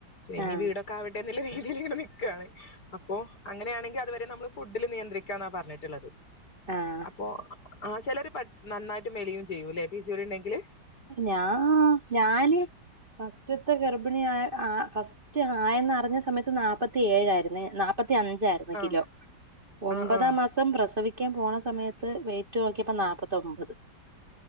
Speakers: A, on the left (about 60°); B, on the right (about 30°).
A: ഇനി
B: ആഹ്
A: വീടൊക്കെ ആവട്ടെ നല്ല രീതിയിൽ ഇങ്ങനെ നിക്കാണ് അപ്പോ അങ്ങനെയാണെങ്കി അത് നമ്മള് ഫുഡില് നിയന്ത്രിക്കാന്നാ പറഞ്ഞിട്ട്ള്ളത്
B: ആഹ്
A: അപ്പൊ ആ ചെലര് ബട്ട്‌ നന്നായിട്ട് മെലിയും ചെയ്യൂല്ലേ പി സി ഒ ഡി ഇണ്ടെങ്കില്
B: ഞാ ഞാന് ഫസ്റ്റ് ത്തെ ഗർഭിണിയായ ആ ഫസ്റ്റ് ആയെന്നറിഞ്ഞ സമയത്ത് നാല്പ്പത്തി ഏഴായിരുന്നെ നാൽപ്പത്തി അഞ്ചായിരുന്നു
A: ആഹ്
B: കിലോ ഒമ്പതാം
A: ആഹ് ആഹ്
B: മാസം പ്രസവിക്കാൻ പോണ സമയത്ത് ത്ത് വെയിറ്റ് നോക്കിയപ്പോ നാല്പ്പത്തൊമ്പത്